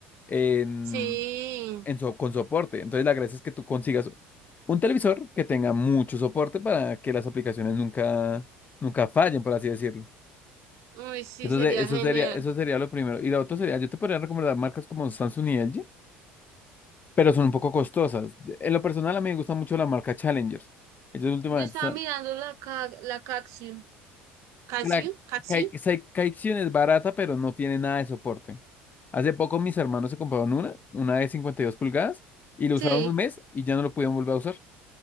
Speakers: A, on the left; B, on the right.
A: en,
B: Sí,
A: en so- con soporte. Entonces la gracia es que tú consigas un televisor que tenga mucho soporte para que las aplicaciones nunca, nunca fallen, por así decirlo.
B: uy, sí,
A: Eso,
B: sería
A: se- eso
B: genial.
A: sería, eso sería lo primero. Y lo otro sería, yo te podría recomendar marcas como Samsung y LG pero son un poco costosas. En lo personal, a mí me gusta mucho la marca Challenger. Ellos últimamente
B: Yo estaba
A: están...
B: mirando la ca la Caxiu. ¿Caxiu?
A: que La
B: ¿Caxiu?
A: Kai- Sai- Kaikion es barata, pero no tiene nada de soporte. Hace poco mis hermanos se compraron una, una de 52 pulgadas, y lo
B: Sí.
A: usaron un mes y ya no lo pudieron volver a usar.